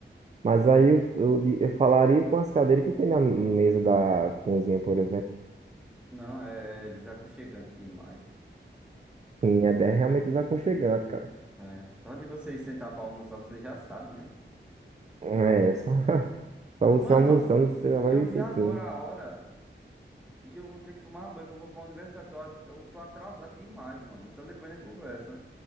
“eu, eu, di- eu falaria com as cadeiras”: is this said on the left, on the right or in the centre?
Right